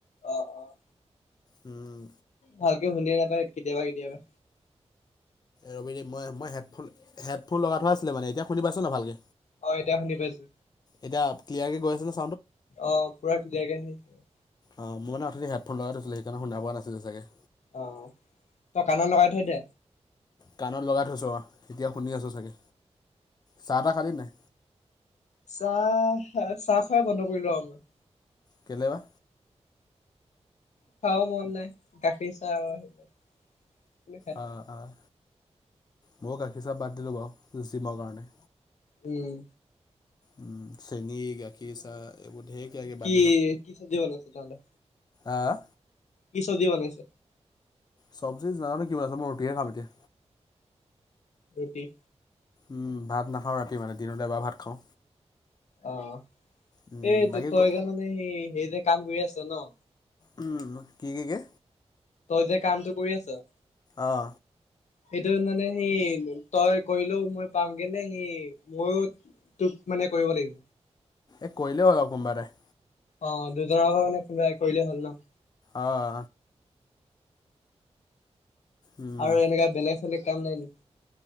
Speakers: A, on the left (about 80°); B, on the left (about 35°).
A: অহ অহ।
B: উম।
A: ভালকে শুনিয়ে নাপায় কেতিয়াবা কেতিয়াবা।
B: ৰবি মই মই হেডফোন হেডফোন লগাই থোৱা আছিলে মানে, এতিয়া শুনি পাইছ নে ভালকে?
A: অহ এতিয়া শুনি পাইছো।
B: এতিয়া ক্লিয়াৰ কে গৈ আছে নে
A: অহ পুৰা ধুনিয়াকে আহি আছে।
B: অহ, মই মানে অথনি হেডফোন লগাই থৈছিলো, সেইকাৰণে শুনা পোৱা নাছিলো চাগে।
A: অহ, তই কাণত লগাই থৈ দে।
B: কাণত লগাই থৈছোঁ অহ। এতিয়া শুনি আছোঁ চাগে। চাহ তাহ খালি নাই?
A: চাহ চাহ খোৱা বন্ধ কৰিলো আৰু মই।
B: কেলে বা?
A: খাব মন নাই, গাখীৰ চাহ আৰু সেইবিলাক। কোনে খাই
B: অহ অহ। ময়ো গাখীৰ চাহ বাদ দিলো বাৰু, জিমৰ কাৰণে।
A: উম।
B: উম চেনী, গাখীৰ চাহ এইবোৰ ঢেৰ কিবা কিবি বাদ
A: কি কি চব্জি বনাইছে তহতৰ?
B: আহ
A: কি চব্জি বনাইছে?
B: চব্জি জানো কি বনাইছে, মই ৰুটি হে খাম এতিয়া।
A: ৰুটি
B: উম, ভাত নাখাওঁ ৰাতি মানে দিনত এবাৰ ভাত খাওঁ।
A: অহ
B: উম,
A: এই
B: বাকী
A: তই
B: ক
A: গে মানে হেৰি হেৰি যে কাম কৰি আছ ন।
B: উম কি কি কি?
A: তই যে কামটো কৰি আছ
B: অহ।
A: সেইটো মানে সি তই কৰিলেও মই পাম গেনে সি ময়ো তোক মানে কৰিব লাগিব।
B: এ কৰিলেই হ'ল আৰু কোনোবাএটাই।
A: অহ দুজন <unintelligible> কৰিলে হ'ল ন
B: অহ। উম।
A: আৰু এনেকা বেলেগ চেলেগ'। কাম নাই ন,।